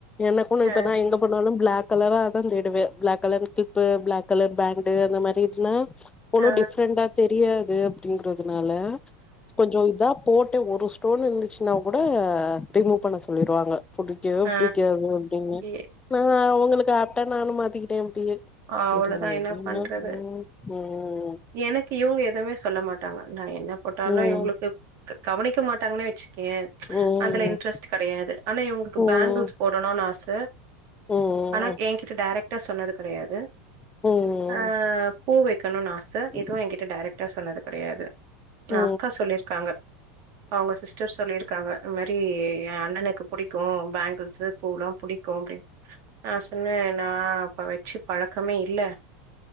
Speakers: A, on the left; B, on the right.
A: எனக்கூ நா
B: ஆ,
A: இப்ப நா எங்க போனாலூ பிளாக் கலராதா தேடுவே black colour clip black colour pant அந்த மாரி இருனா
B: ஆ,
A: ஒன்னூ டிஃப்ரெண்டா தெரியாத் து அப்டிங்கிறத் அத்னால கொஞ்சொ இதா போட்டே ஒரு ஸ் டோன் இந்துச்சுன்னா கூட ரிமூவ் பண்ண சொல்லிருவாங்க புடிக்கவே
B: ஆ,
A: புடிக்காது அப்படின்னு
B: எ
A: நா அவுங்களுக்கு ஆப்டா நானூ மாத்திக்கிட்டே அப்டியே
B: அவ்ளதா
A: செரி
B: என்ன
A: எப்டின்னா
B: பண்றது
A: ம் ம்
B: எனக்கு இவுங்க எதுமே சொல்ல மாட்டாங்க நா என்ன போட்டானா
A: ம்
B: இவுங்களுக்கு கவனிக்க மாட்டாங்கனேச் கே
A: ம்
B: அதுல இன்ட்ரெஸ்ட் கெடையாது ஆனா இவுங்களுக்கு
A: ம் ம்
B: பேங்கிள்ஸ் போடணூனு ஆச
A: ம்
B: ஆனா எங்கிட்ட டைரக்ட் டா சொன்னது கெடையாத் து
A: ம்
B: ஆ போவே க்கணுன் ஆச
A: ம் ம்
B: இதுவு எங்கிட்ட டைரக்டா சொன்னாரு கெடையாது
A: ஏ
B: அக்கா சொல்லிருக்காங்க அவங்க சிஸ்டர் சொல்லிருக்காங்க இந்த மாரி எ அண்ணனுக்கு புடிக்கு பேங்கிள்ஸு பூல்லா புடிக்கு அப்டின் நா சொன்ன நா அப்ப வெச்சு பழக்கமே இல்ல